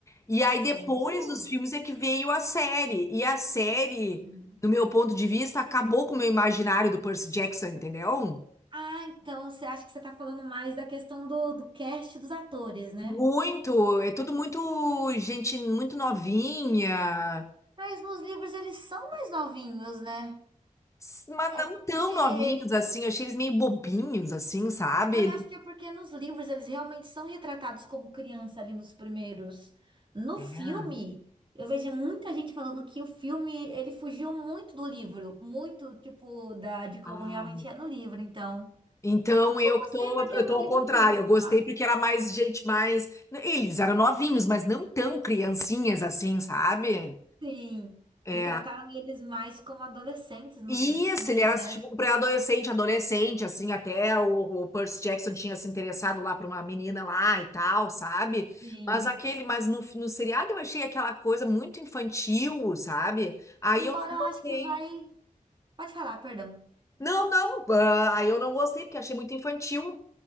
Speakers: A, on the left (about 20°); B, on the right (about 35°).
A: E aí
B: Sério?
A: depois dos filmes é que veio a série, e a série,
B: Sim.
A: do meu ponto de vista, acabou com o meu imaginário do Percy Jackson, entendeu?
B: Ah, então você acha que você tá falando mais da questão do, do cast dos atores, né?
A: Muito, é tudo muito gente muito novinha,
B: Mas nos livros eles são mais novinhos, né?
A: s- mas
B: É
A: não
B: porque
A: tão novinhos assim, eu achei eles meio bobinhos assim, sabe?
B: Mas eu acho que é porque nos livros eles realmente são retratados como criança ali nos primeiros. No
A: É.
B: filme, eu vejo muita gente falando que o filme ele fugiu muito do livro, muito tipo da de como
A: Ah,
B: realmente é no livro. Então,
A: então eu
B: eu gostei
A: que tô,
B: porque
A: eu
B: eu
A: tô
B: não
A: ao
B: ligo
A: contrário,
B: muito,
A: eu gostei
B: mas
A: porque era mais gente mais. né, Eles eram novinhos, mas não tão criancinhas assim, sabe?
B: sim,
A: É.
B: retrataram eles mais como adolescentes nos
A: Isso,
B: filmes,
A: ele era
B: né?
A: tipo pré-adolescente, adolescente, assim, até o, o Percy Jackson tinha se interessado lá pra uma menina lá e tal, sabe?
B: Sim.
A: Mas aquele, mas no, no seriado eu achei aquela coisa muito infantil, sabe? Aí
B: Embora
A: eu não
B: eu
A: gostei.
B: acho que vai. Pode falar, perdão.
A: Não, não, ah, aí eu não gostei porque achei muito infantil.